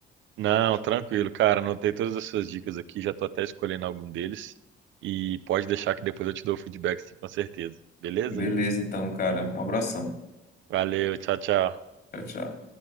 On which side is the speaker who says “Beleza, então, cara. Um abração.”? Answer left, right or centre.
Left